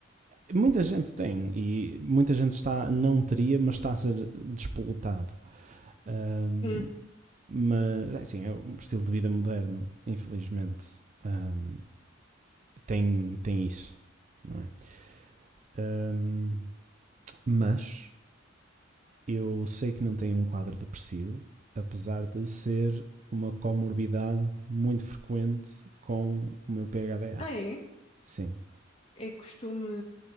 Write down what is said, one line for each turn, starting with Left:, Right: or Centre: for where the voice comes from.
Right: Muita gente tem. E muita gente está. Não teria, mas está a ser despoletado. Ahm,
Left: Hum.
Right: mas, é assim, é um estilo de vida moderno, infelizmente. ahm, tem, tem isso, não é? Ahm, mas Eu sei que não tenho um quadro depressivo, apesar de ser uma comorbidade muito frequente com o meu PHDA.
Left: Ah, é?
Right: Sim,
Left: É costume